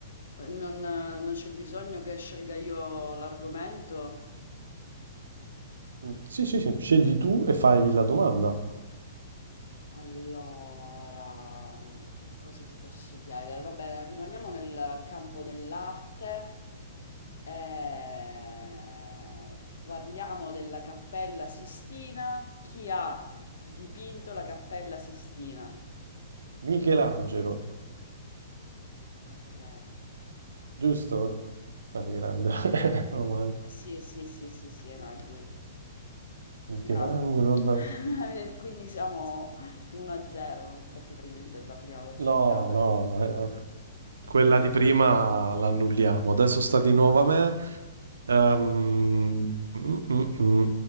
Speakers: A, on the left; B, on the right.
A: Eh, Non, eh, non c'è bisogno che scelga io l'argomento?
B: Mm, Sì, sì, sì, scegli tu e fai la domanda.
A: Allora, che cosa ti posso chiedere? Va bene, rimaniamo nel campo dell'arte e parliamo della Cappella Sistina. Chi ha dipinto la Cappella Sistina?
B: Michelangelo,
A: Ok.
B: giusto? Ah, grande. <laughs> Meno male.
A: Sì, sì, sì, sì, sì, no, è lui.
B: Michelangelo.
A: Bravo. <laughs>
B: beh.
A: Quindi siamo 1-0, perché praticamente la prima l'ho ciccata
B: No, no,
A: io.
B: eh, quella
A: <laughs>
B: di prima l'annulliamo. Adesso sta di nuovo a me. Ehm, mm, mm, mm.